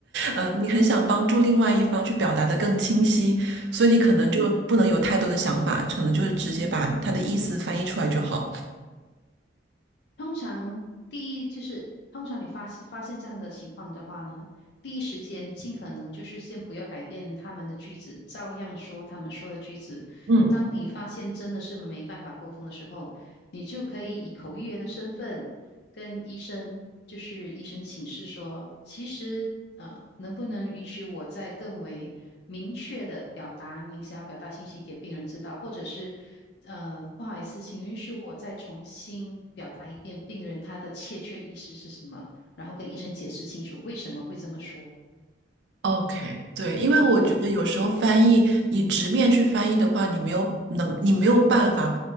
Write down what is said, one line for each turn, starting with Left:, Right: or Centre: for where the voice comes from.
Right: 呃，你很想帮助另外一方去表达的更清晰，所以你可能就不能有太多的想法，
Left: 嗯哼。
Right: 可能就是直接把他的意思翻译出来就好。
Left: 通常第一就是，通常你发现发现这样的情况的话呢，第一时间尽可能就是先不要改变他们的句子，照样说他们说的句子。
Right: 嗯。
Left: 当你发现真的是没办法沟通的时候，你就可以以口译员的身份跟医生，就是医生请示说，其实呃，能不能允许我再更为明确的表达您想要表达信息给病人知道，或者是呃，不好意思，请允许我再重新表达一遍病人他的欠缺意识是什么，然后跟医生解释清楚为什么会这么说。
Right: OK，对，因为我觉得有时候翻译，
Left: 嗯。
Right: 你直面去翻译的话，你没有能，你没有办法，